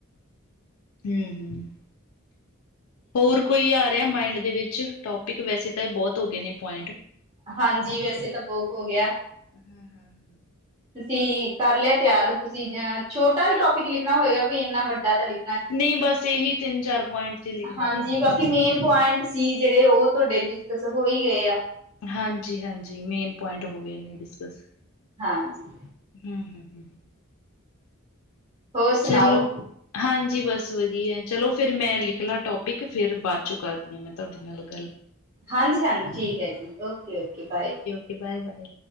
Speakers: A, on the left; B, on the right.
A: ਹਮ ਹਮ। ਹੋਰ ਕੋਈ ਆ ਰਿਹਾ ਮਾਇੰਡ ਦੇ ਵਿੱਚ ਟੋਪਿਕ, ਵੈਸੇ ਤਾਂ ਇਹ ਬਹੁਤ ਹੋ ਗਏ ਨੇ ਪੁਆਇੰਟ।
B: ਹਾਂਜੀ, ਵੈਸੇ ਤਾਂ ਬਹੁਤ ਹੋ ਗਿਆ।
A: ਹਮ, ਹਮ, ਹਮ।
B: ਤੁਸੀਂ ਕਰ ਲਿਆ ਤਿਆਰ, ਤੁਸੀਂ ਅ ਛੋਟਾ ਹੀ ਟੋਪਿਕ ਲਿਖਣਾ ਹੋਏਗਾ, ਕੋਈ ਇੰਨਾ ਵੱਡਾ ਤਾਂ ਲਿਖ
A: ਨਹੀਂ ਬਸ ਇਹੀ ਤਿੰਨ, ਚਾਰ ਪੁਆਇੰਟ ਤੇ ਲਿਖਣੇ
B: ਹਾਂਜੀ
A: ਨੇ।
B: ਬਾਕੀ ਮੇਨ ਪੁਆਇੰਟ ਸੀ ਜਿਹੜੇ ਉਹ ਤੁਹਾਡੇ, ਡਿਸਕਸ ਹੋਈ ਗਏ ਆ।
A: ਹਾਂਜੀ ਹਾਂਜੀ, ਮੇਨ ਪੁਆਇੰਟ ਹੋ ਗਏ ਨੇ ਡਿਸਕਸ
B: ਹਾਂਜੀ।
A: ਹਮ, ਹਮ, ਹਮ।
B: ਹੋਰ ਸੁਣਾਓ
A: ਚੱਲੋ। ਹਾਂਜੀ ਬਸ ਵਧੀਆ, ਚਲੋ ਫਿਰ ਮੈਂ ਲਿਖ ਲਾਂ ਟੋਪਿਕ, ਫਿਰ ਬਾਅਦ ਚੋਂ ਕਰਦੀ ਹਾਂ ਮੈਂ ਤੁਹਾਡੇ ਨਾਲ ਗੱਲ।
B: ਹਾਂਜੀ ਹਾਂਜੀ ਠੀਕ ਹੈ ਜੀ, ਓਕੇ ਓਕੇ ਬਾਏ।
A: ਓ, ਬਾਏ ਬਾਏ।